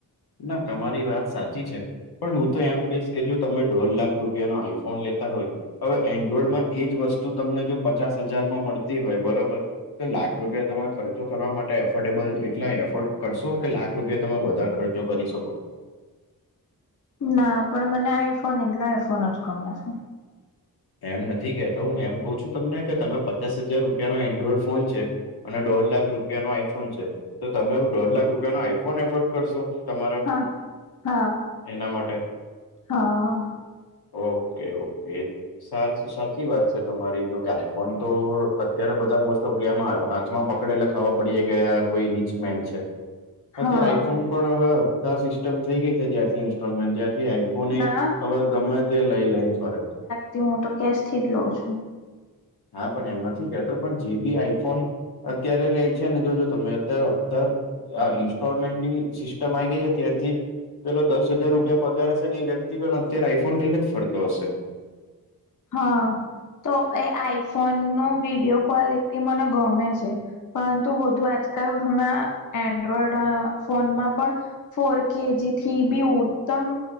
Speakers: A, on the left; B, on the left.
A: ના તમારી વાત સાચી છે પણ હું તો એમ કહીશ કે જો તમે દોઢ લાખ રૂપિયાનો આઈફોન લેતા હોય હવે એન્ડ્રોઈડમાં એજ વસ્તુ તમને જો પચાસ હજારમાં મળતી હોય બરોબર તો લાખ રૂપિયા તમે ખર્ચો કરવા માટે એફોર્ડેબલ એટલા એફોર્ડ કરશો કે લાખ રૂપિયા તમે વધારે ખર્ચો કરી શકો.
B: ના પણ મને આઈફોન એટલે આઈફોન જ ગમે છે.
A: એમ નથી કહેતો હું એમ કઉ છું તમને કે તમે પચાસ હજાર રૂપિયા નો એન્ડ્રોઈડ ફોન છે અને દોઢ લાખ રૂપિયા નો આઈફોન છે તો તમે દોઢ લાખ રૂપિયા નો આઈફોન એફોર્ડ કરશો તમારા
B: હા હા
A: એના માટે?
B: હા.
A: ઓકે, ઓકે, સારું સાચી વાત છે તમારી જો કે આઈફોન તો અત્યારે બધા મોસ્ટ ઓફ પ્લેયમાં હા હાથમાં પકડેલા ખબ ર પડે કે કોઈ રીચ મેન છે.
B: હા
A: અત્યારે આઈફોન પણ હવે આ સિસ્ટમ થઈ ગઈ છે જ્યારથી ઇન્સ્ટોલમેન્ટ જ્યારથી આઈ <unintelligible> નહી
B: ના
A: હવે ગમે તે લઈ લઈને ફરે
B: તે હું તો કેશ થી જ લઉં છું.
A: હા, પણ એમ નથી કહેતો પણ જે બી આઈફોન અત્યારે લઈ છે ને જોજો તમે અત્યારે હપ્તા આ ઇન્સ્ટોલમેન્ટની સિસ્ટમ આવી ગઈ છે ત્યાંથી પેલો દસ હજાર રૂપિયા પગાર હશે એ વ્યક્તિ પણ અત્યારે આઈફોન લઈને જ ફરતો હશે.
B: હા તો એ આઈફોન નો વિડીયો કોલ એ તે મને ગમે છે પરંતુ વધુ આજકાલ ઘણા એન્ડ્રોઈડ અ ફોનમાં પણ ફોર કેજી થી બી ઉત્તમ